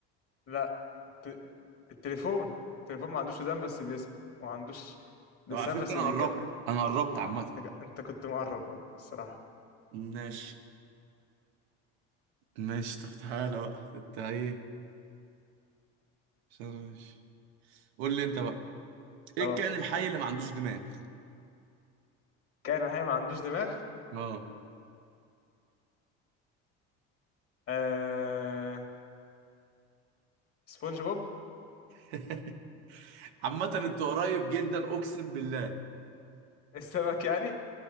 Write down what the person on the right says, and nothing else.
طب على فكرة
انا
قربت انا قربت عامة
ماشي ماشي طب تعالى بقى انت ايه عشان ماشي قول لي انت بقى ايه
الكائن الحي اللي ما عندوش دماغ
اه
<laughs> عامة انت قريب جدا اقسم بالله